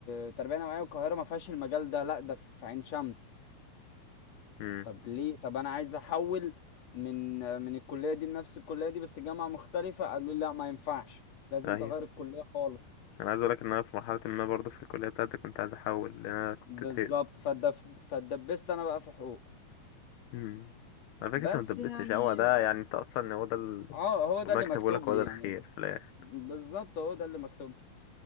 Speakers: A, on the left (about 45°); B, on the left (about 80°).
A: التربية النوعية القاهرة ما فيهاش المجال ده لا ده في عين شمس
B: امم
A: طب ليه طب انا عايز احول من من الكلية دي لنفس الكلية دي بس جامعة مختلفة قالوا لي لا ما ينفعش لازم
B: ايوه
A: تغير الكلية خالص
B: انا عايز اقول لك ان انا في مرحله ما برضو في الكليه بتاعتي كنت عايز احول لان انا كنت
A: بالظبط
B: زهقت
A: فاتدب- فاتدبست انا بقى في حقوق
B: امم على فكره
A: بس
B: انت ما دبستش
A: يعني
B: هو ده يعني انت اصلا هو ده ال-
A: اه هو ده
B: ربنا
A: اللي
B: كتبه
A: مكتوب
B: لك هو
A: لي
B: ده الخير
A: يعني
B: في الآخر.
A: بالظبط هو ده اللي مكتوب لي